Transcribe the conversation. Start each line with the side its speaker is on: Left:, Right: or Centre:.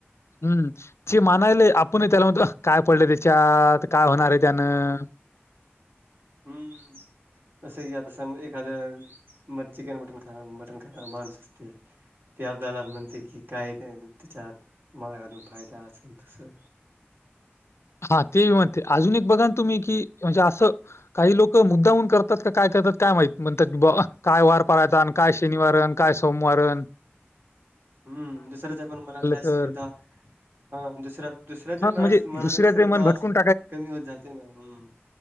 Left: हम्म ची मानायले आपण त्याला म्हणतो काय पडलं त्याच्यात काय होणार आहे त्यानं.
Right: हम्म. जसं की आता सम एखादं म चिकन मटण खा मटण खाणारा माणूस असतोय. ते आपल्याला म्हणतय की काही नाही त्याच्यात. माय घालून फायदा अस तसं.
Left: हा ते म्हणते अजून एक बघा तुम्ही की म्हणजे असं काही लोक मुद्दामून करतात का. काय करतात काय माहित म्हणतात भावा काय वार पाळायचा आणि काय शनिवारन काय सोमवार रन
Right: हम्म दुसऱ्याच पण मनातल्या सुद्धा.
Left: तर?"
Right: हा दुसऱ्या दुसऱ्याचे
Left: हां,
Right: पण
Left: म्हणजे
Right: मनातली
Left: दुसऱ्याचं
Right: श्रद्धा
Left: मन भटकून
Right: अस कमी होत जाते ना हम.